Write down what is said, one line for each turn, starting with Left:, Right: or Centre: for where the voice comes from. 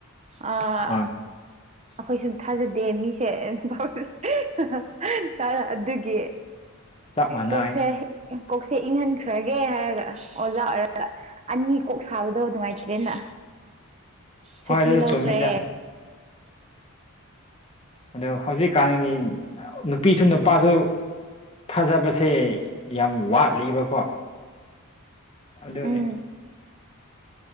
Right: ꯑꯥ
Left: ꯍꯣꯏ
Right: ꯑꯩꯈꯣꯏꯁꯨ ꯊꯥꯖꯗꯦ ꯃꯤꯁꯦ <unintelligible> <unintelligible> ꯑꯗꯨꯒꯤ
Left: ꯆꯞ ꯃꯥꯟꯅꯩ
Right: ꯀꯣꯛꯁꯦ ꯀꯣꯛꯁꯦ ꯏꯪꯍꯟꯈ꯭ꯔꯒꯦ ꯍꯥꯏꯔꯒ ꯑꯣꯖꯥ ꯑꯣꯏꯔ ꯑꯅꯤ ꯀꯣꯛ ꯁꯥꯕꯗꯣ ꯅꯨꯡꯉꯥꯏꯇ꯭ꯔꯦꯅ ꯁꯨꯇꯤ
Left: ꯍꯣꯏ ꯑꯗꯨꯁꯨ
Right: ꯂꯧꯈ꯭ꯔꯦ
Left: ꯆꯨꯝꯃꯤꯗ ꯑꯗꯣ ꯍꯧꯖꯤꯛꯀꯥꯟꯒꯤ ꯅꯨꯄꯤꯁꯨ ꯅꯨꯄꯥꯁꯨ ꯊꯥꯖꯕꯁꯦ ꯌꯥꯝ ꯋꯥꯠꯂꯤꯕꯀꯣ ꯑꯗꯨꯅꯤ
Right: ꯎꯝ